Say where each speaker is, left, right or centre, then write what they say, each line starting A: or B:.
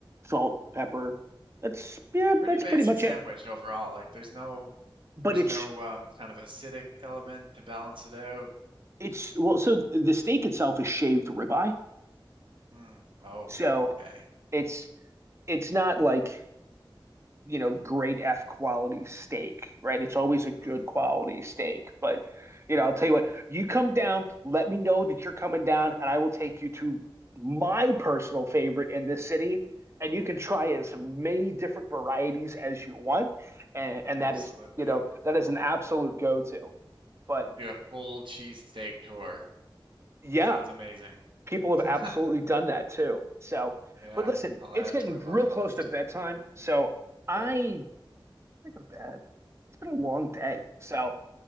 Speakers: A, on the right; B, on the right.
A: salt, pepper. That's yeah,
B: It's a pretty
A: that's
B: basic
A: pretty much
B: sandwich
A: it.
B: overall. Like there's no
A: But
B: There's
A: it's
B: no um, kind of acidic element to balance it out.
A: it's well, so the steak itself is shaved ribeye.
B: Mm. Oh,
A: So
B: okay.
A: it's it's not like you know, grade F quality steak, right? It's always a good
B: Mm.
A: quality steak. But, you know, I'll tell you what, you come down, let me know that you're coming down, and I will take you to my personal favorite in this city. And you can try as many different varieties as you want. And, and
B: Absolutely.
A: that is, you know, that is an absolute go-to. But
B: We could do a full cheesesteak tour.
A: yeah,
B: Sounds amazing.
A: people have
B: <laughs>
A: absolutely done that too. So,
B: Yeah,
A: but listen,
B: I'll
A: it's
B: add
A: getting
B: it to my bucket
A: real close
B: list.
A: to bedtime. So I
B: Yep.
A: I go to bed. It's been a long day. So